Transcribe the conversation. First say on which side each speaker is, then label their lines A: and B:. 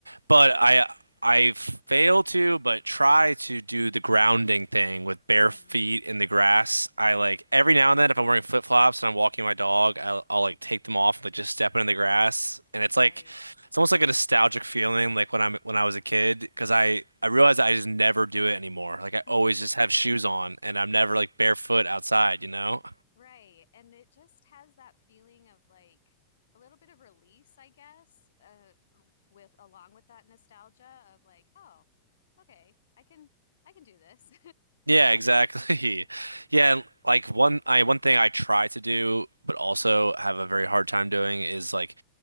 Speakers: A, on the right (about 80°); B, on the left (about 65°).
A: but I I fail to but try to do the grounding thing with bare
B: hmm
A: feet in the grass. I like every now and then if I'm wearing flip-flops and I'm walking my dog, I'll, I'll like take them off and like, just step in the grass and it's
B: Right.
A: like it's almost like a nostalgic feeling, like when I'm when I was a kid, because I I realized I just never do it anymore. Like I
B: hmm
A: always just have shoes on, and I'm never like barefoot outside, you know?
B: Right. And it just has that feeling of like a little bit of release, I guess, uh, with along with that nostalgia of like, oh, okay, I can I can do this.
A: Yeah, exactly. <laughs> Yeah, and, like one I one thing I try to do, but also have a very hard time doing is like